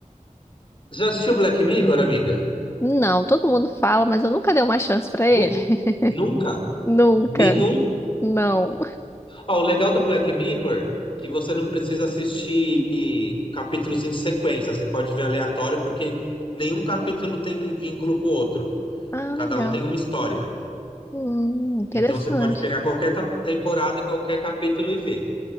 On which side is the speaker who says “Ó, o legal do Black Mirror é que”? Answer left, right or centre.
Left